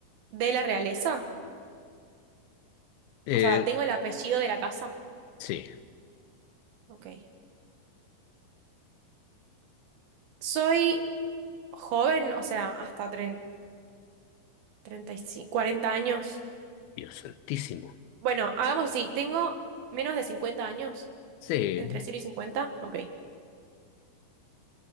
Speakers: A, on the right; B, on the left.
A: de la realeza,
B: Eh,
A: o sea, tengo el apellido de la casa,
B: sí.
A: ok. Soy joven, o sea, hasta 30, 35, 40 años.
B: Dios santísimo.
A: Bueno, hagamos así, tengo menos de 50 años,
B: Sí.
A: entre cero y 50, ok.